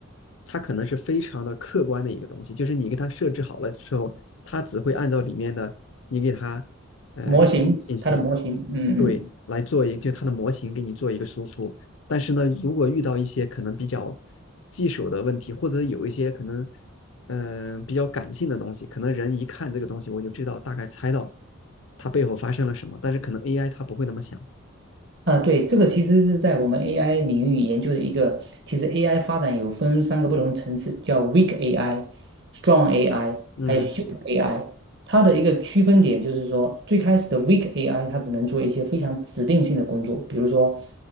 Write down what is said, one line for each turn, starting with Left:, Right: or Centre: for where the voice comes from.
Left: 它可能是非常的客观的一个东西，就是你给它设置好了之后，它只会按照里面的你给它，呃，
Right: 模型，
Left: 信息，
Right: 它的模型，嗯嗯
Left: 对，来做一就它的模型给你做一个输出。但是呢，如果遇到一些可能比较棘手的问题，或者有一些可能嗯、呃比较感性的东西，可能人一看这个东西，我就知道大概猜到它背后发生了什么，但是可能 AI 它不会那么想。
Right: 啊，对，这个其实是在我们 AI 领域研究的一个，其实 AI 发展有分三个不同层次，叫 weak AI、strong AI，
Left: 嗯，
Right: 还有 s u p e r AI。它的一个区分点就是说，最开始的 weak AI 它只能做一些非常指定性的工作，比如说